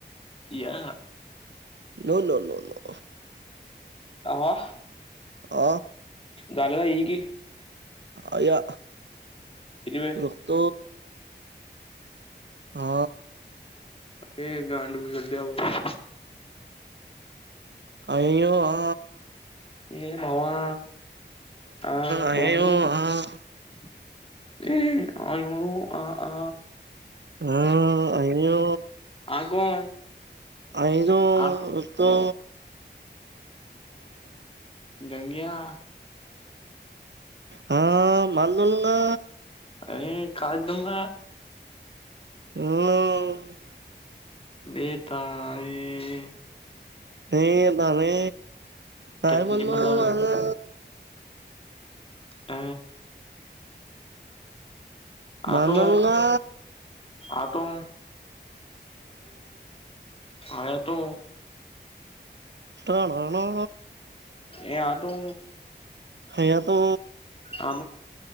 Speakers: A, on the left (about 30°); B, on the right (about 70°).
A: या.
B: नो नो नो नो
A: आवा.
B: आ
A: गलं ह हई की
B: आ
A: किती वेळ
B: रक्त हा.
A: ते गांडु चलद बर
B: आय यो आ
A: ए भावाा आ
B: अयो
A: तणंद
B: आ
A: <unintelligible> ए अ अ अ
B: हा अईनो
A: आगो
B: अईनो
A: आगो
B: उतो
A: गंगया
B: हा मनदोल ना
A: अरे काय दुंग
B: हम.
A: बेता आहे.
B: हे आता रे काय
A: चटनी
B: पण म
A: बना
B: माझा
A: अ
B: बणला.
A: आतो आतो आ तो
B: प्रला ना
A: ए हा तो
B: ह या तो
A: अ